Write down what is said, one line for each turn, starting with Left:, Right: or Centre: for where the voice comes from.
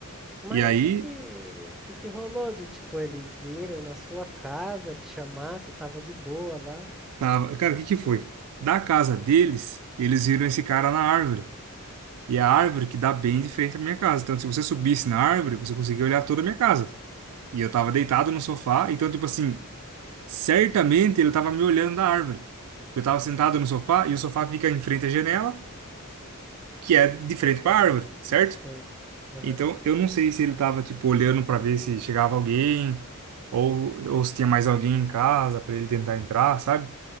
Centre: Mas
Right: E aí,
Centre: o que que, o que que rolou de, tipo, eles irem na sua casa, te chamar, você tava de boa lá?
Right: tava... Cara, o que que foi? Da casa deles, eles viram esse cara na árvore. E a árvore que dá bem de frente à minha casa. Então, se você subisse na árvore, você conseguia olhar toda a minha casa. E eu tava deitado no sofá. Então, tipo assim, certamente ele tava me olhando da árvore. Porque eu tava sentado no sofá e o sofá fica em frente à janela. que é de frente para a árvore, certo?
Centre: Sei. Aham,
Right: Então, eu não sei se ele tava, tipo, olhando para ver se chegava alguém ou, ou se tinha mais alguém em casa para ele tentar entrar, sabe?